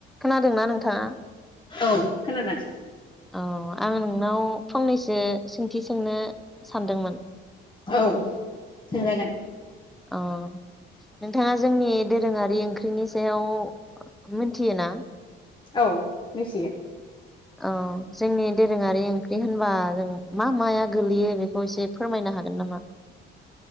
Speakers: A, in the centre; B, on the left.
A: खोनादोंना नोंथाङा
B: औ खोनादों।
A: औ आं नोंनाव फंनैसो सोंथि सोंनो सानदोंमोन
B: औ सोंजागोन
A: अ नोंथाङा जोंनि दोरोङारि ओंख्रिनि सायाव मोनथियो ना?
B: औ मिथियो
A: अ जोंनि दोरोङारि ओंख्रि होनबा जों मा माया गोलैयो बेखौ एसे फोरमायनो हागोन नामा?